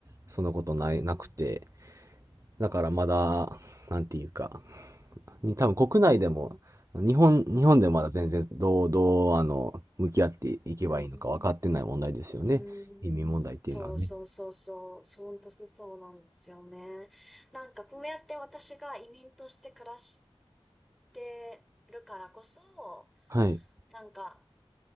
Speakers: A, on the right (about 30°); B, in the centre.
A: そんなことない、
B: うん、
A: なくて、
B: そうですね。
A: だからまだ、なんていうか、に多分国内でも、
B: うん、
A: 日本、日本でもまだ全然どう、
B: うん、
A: どう、あの、向き合っていけばいいのか分かってない問題ですよね。
B: うん、うん。
A: 移民問題っていうのはね。
B: そうそうそうそう、そう本当にそうなんですよね。なんかこうやって私が移民として暮らしてるからこそ、
A: はい。
B: なんか、